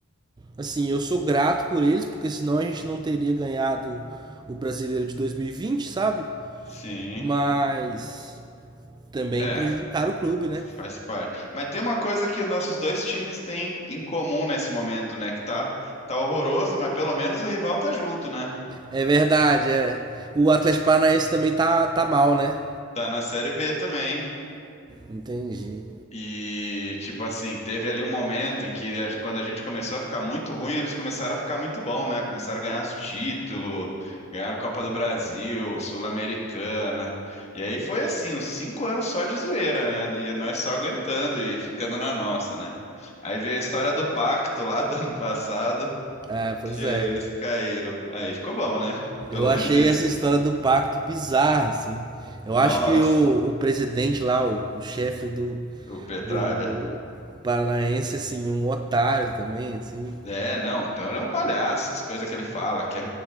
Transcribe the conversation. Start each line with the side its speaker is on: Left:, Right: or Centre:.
Right: Assim, eu sou grato por eles, porque senão a gente não teria ganhado o brasileiro de 2020, sabe?
Left: sim.
Right: Mas também
Left: É,
Right: prejudicaram o clube, né?
Left: faz parte. Mas tem uma coisa que os nossos dois times têm em comum nesse momento, né? Que tá, tá horroroso, mas pelo menos o rival tá junto, né?
Right: É verdade, é. O Atlético Paranaense também tá, tá mal, né?
Left: Tá na Série B também.
Right: Entendi.
Left: E, tipo assim, teve ali um momento em que, a- quando a gente começou a ficar muito ruim, eles começaram a ficar muito bom, né? Começaram a ganhar título, ganharam Copa do Brasil, Sul-Americana. E aí foi assim, uns cinco anos só de zoeira, né? E nós só aguentando e ficando na nossa, né? Aí veio a história do pacto lá do ano passado,
Right: É, pois
Left: e aí
Right: é.
Left: eles caíram. Aí ficou bom, né?
Right: Eu
Left: Pelo
Right: achei
Left: menos isso.
Right: essa história do pacto bizarra, assim. Eu
Left: Nossa,
Right: acho que o, o presidente lá, o, o chefe do,
Left: o Petralha.
Right: do Paranaense, assim, um otário também, assim.
Left: É, não, ele é um palhaço, as coisas que ele fala, que é-